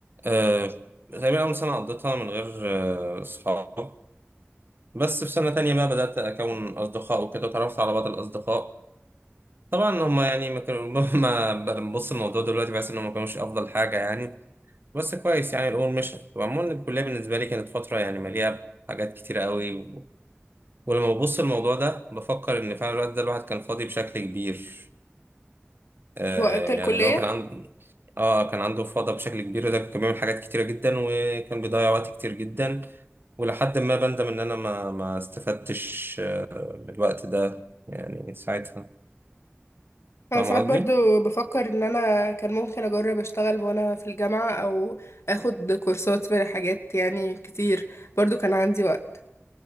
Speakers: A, on the right (about 55°); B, on the left (about 85°).
A: آه، تقريبا أول سنة قضيتها من غير آه، أصحاب بس في سنة تانية بقى بدأت أكون أصدقاء وكده وتعرفت على بعض الأصدقاء طبعا هما يعني ما كانوا <laughs> ما ببص الموضوع دلوقتي بحس إنهم ما كانوش أفضل حاجة يعني بس كويس يعني الامور مشت وعموما الكليه بالنسبه لي كانت فتره يعني مليئه بحاجات كتيره قوي و... ولما ببص الموضوع ده بفكر ان فعلا الوقت ده الواحد كان فاضي بشكل كبير آه
B: وقت الكلية
A: يعني لو كان عنده اه كان عنده فضا بشكل كبير ده كان بيعمل حاجات كتيره جدا وكان بيضيع وقت كتير جدا ولحد ما بندم ان انا ما ما استفدتش آه، من الوقت ده يعني ساعتها
B: أنا
A: فاهم
B: ساعات
A: قصدي؟
B: برضو بفكر إن أنا كان ممكن أجرب أشتغل وأنا في الجامعة أو أخد كورسات في حاجات يعني كتير برضو كان عندي وقت